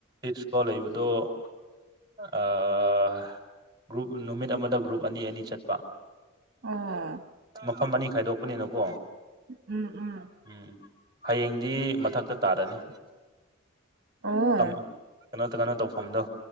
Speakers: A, on the right; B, on the right.
A: <unintelligible> ꯂꯩꯕꯗꯣ ꯑꯥ ꯒ꯭ꯔꯨꯞ ꯅꯨꯃꯤꯠ ꯑꯃꯗ ꯒ꯭ꯔꯨꯞ ꯑꯅꯤ ꯑꯅꯤ ꯆꯠ
B: ꯑꯣ
A: ꯃꯐꯝ ꯑꯅꯤ ꯈꯥꯏꯗꯣꯛꯄꯅꯤꯅꯀꯣ
B: ꯎꯝ ꯎꯝ
A: ꯎꯝ ꯍꯌꯦꯡꯗꯤ ꯃꯊꯛꯇ ꯇꯥꯔꯅꯤ
B: ꯑꯣ
A: ꯇꯥꯝ ꯀꯩꯅꯣ ꯀꯩꯅꯣ ꯇꯧꯐꯝꯗꯣ